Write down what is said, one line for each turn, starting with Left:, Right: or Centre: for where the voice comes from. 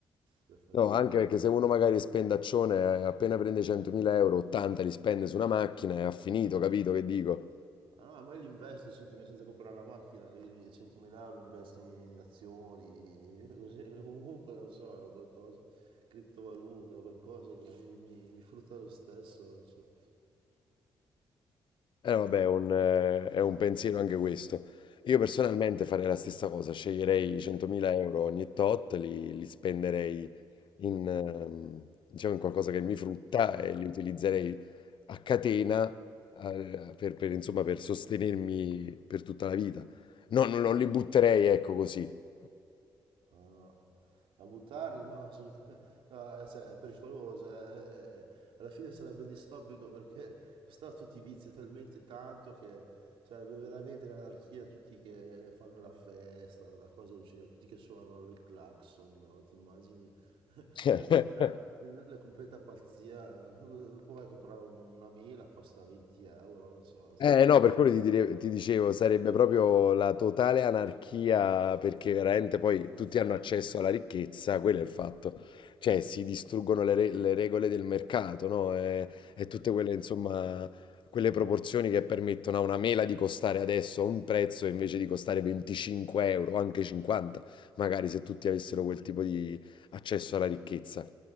Right: per fare
Left: No,
Right: i soldi.
Left: anche perché se uno magari è spendaccione, eh, appena prende 100.000 euro, 80 li spende su una macchina e ha finito, capito che dico?
Right: Ah, no, ma io li investo 100.000 senza comprare la macchina, li, li- 100.000 euro li investo in azioni, così, <laughs> comunque non so, qualcosa, criptovaluta, qualcosa che mi, mi, mi frutta lo stesso, non so.
Left: Eh vabbè, è un, eh, è un pensiero anche questo. Io personalmente farei la stessa cosa, sceglierei i 100.000 euro ogni tot, li, li spenderei in, ehm, diciamo, in qualcosa che mi frutta e li utilizzerei a catena, eh, per, per, insomma, per sostenermi per tutta la vita. No, non, non li butterei, ecco così.
Right: Ah, no, A buttarli? No, <laughs> assolutamente. no, eh, cioè, è pericoloso. eh, eh, alla fine sarebbe distopico perché costava tutti i vizi talmente tanto che sarebbe veramente l'anarchia, tutti che fanno la festa, una cosa lucida, tutti che suonano il clacson, no? Ti immagini <laughs>
Left: <laughs>
Right: la città, il- la completa pazzia. <laughs> Dopo vai a comprare un- una mela, costa 20 euro, non so. se-
Left: Eh no, per quello ti, dire- ti dicevo, sarebbe proprio la totale anarchia perché veramente poi tutti hanno accesso alla ricchezza, quello è il fatto. Cioè si distruggono le, re- le regole del mercato, no? E, e tutte quelle, insomma, quelle proporzioni che permettono a una mela di costare adesso un prezzo invece di costare 25 euro, anche 50, magari se tutti avessero quel tipo di accesso alla ricchezza.